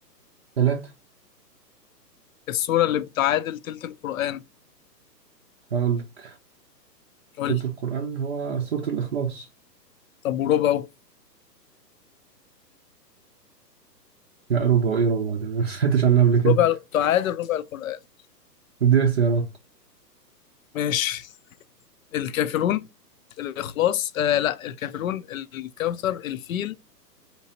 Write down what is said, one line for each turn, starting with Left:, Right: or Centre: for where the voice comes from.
Right: ثلاثة
Left: السوره اللي بتعادل تلت القران
Right: هقولك
Left: قول
Right: سورة
Left: لي.
Right: القرآن هو سورة الإخلاص
Left: طب وربعه
Right: لا ربع إيه ربع ده أنا ما سمعتش عنها قبل كده
Left: ربع تعادل ربع القران
Right: اديني اختيارات
Left: ماشي الكافرون الاخلاص آه لا الكافرون الكوثر الفيل